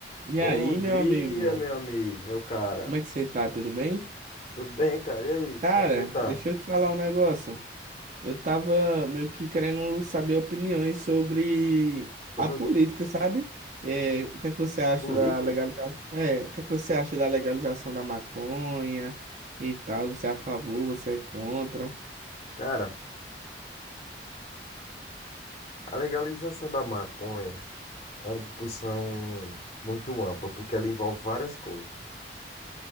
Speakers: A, on the right; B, on the left.
A: E
B: Bom
A: aí, meu
B: dia,
A: amigo,
B: meu amigo, meu cara.
A: como é que você tá? Tudo bem?
B: Tudo bem, cara? E aí,
A: Cara,
B: como é que você tá?
A: deixa eu te falar um negócio. Eu tava meio que querendo saber opiniões sobre
B: Sobre
A: a política,
B: o quê?
A: sabe? É, o que é que você acha
B: Política?
A: da legalização? É, o que é que você acha da legalização da maconha e tal? Você é a favor, você é contra?
B: Cara, a legalização da maconha é uma discussão muito ampla, porque ela envolve várias coisas.